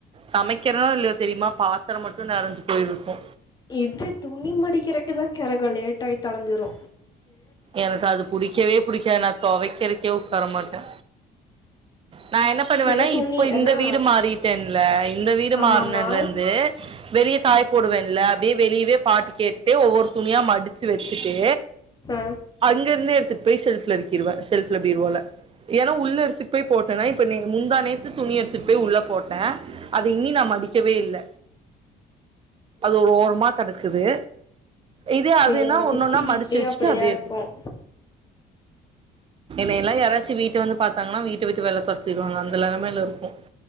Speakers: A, on the right (about 35°); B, on the left (about 25°).
A: சமைக்கிறனோ இல்லயோ தெரியுமா பாத்தரம் மட்டு நெறஞ்சு போயிருக்கு
B: இது துணி மடிக்கிறக்குதா கெரகோ லேட் ஆய் தொலஞ்சுரு
A: எனக்கு அது புடிக்கவே புடிக்காது நா தொவைக்கறக்கே உக்காரமாட்டே நா என்ன பண்ணுவேன்னா
B: எதோ துணி
A: இப்போ
B: அதா
A: இந்த வீடு மாறிட்டேன்ல இந்த வீடு
B: ஆமாமா
A: மாறுனதுலந்து வெளிய காய போடுவேல்ல அப்டியே வெளியவே பாட்டு கேட்டு ஒவ்வொரு துணியா மடுச்சு வெச்சுட்டு
B: ஆ
A: அங்கருந்து எடுத்துட் போய் ஷெல்ப்ல அடுக்கிருவன் ஷெல்ப்லபீர்வோல ஏன்னா உள்ள எடுத்துட்டு போய் போட்டனா இப்ப முந்தா நேத்து துணி எட்த்துட் போய் உள்ள போட்டே அத இனி நா மடிக்கவே இல்ல அது ஒரு ஓரமா தடுக்குது இதே அதுன்னா
B: எங்க
A: ஒன்னொன்னா
B: சித்தி வீட்லயு
A: மடிச்சு வெச்சுட்டு
B: அப்டிதா
A: அப்டே எடு
B: இருக்கு
A: <unintelligible> ல்லா யாராச்சு வீட்ட வந்து பாத்தாங்னா வீட்ட விட்டு வெள்ல தொரத்திருவாங்க அந்த லெலமைல இருக்கு